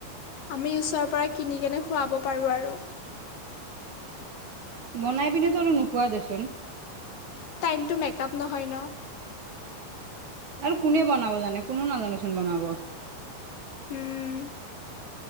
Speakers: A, on the left; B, on the right.
A: আমি ওচৰৰ পৰা কিনিকনে খুৱাব পাৰোঁ আৰু।
B: বনাই পিনে তো আৰু নোখোৱা দেচোন।
A: টাইমটো মেকআপ নহয় ন।
B: আৰু কোনে বনাব জানে কোনেও নাজানেচোন বনাব।
A: উম।